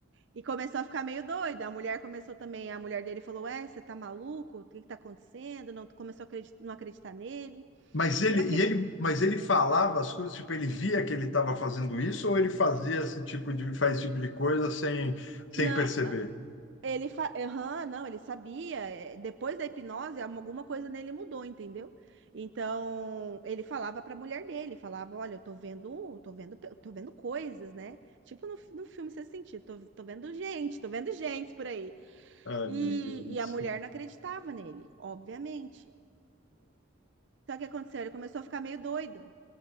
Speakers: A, on the right (about 65°); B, on the left (about 75°).
A: e começou a ficar meio doido. A mulher começou também, a mulher dele falou: Ué, você tá maluco? O que que tá acontecendo? Não começou a acreditar, não acreditar nele.
B: Mas ele,
A: E a, cri-
B: e ele, mas ele falava as coisas, tipo, ele via que ele estava fazendo isso ou ele fazia esse tipo de, faz esse tipo de coisa sem, sem
A: não.
B: perceber?
A: Ele fa... Aham, não, ele sabia. é, Depois da hipnose, alguma coisa nele mudou, entendeu? Então, ele falava pra mulher dele, falava, olha, eu tô vendo, tô vendo, pe- tô vendo coisas, né? Tipo no, fi- no filme Sexto Sentido, tô, tô vendo gente, tô vendo gente por aí.
B: Ai,
A: E,
B: meu Deus do
A: e
B: céu.
A: a mulher não acreditava nele, obviamente. Só que o que aconteceu? Ele começou a ficar meio doido,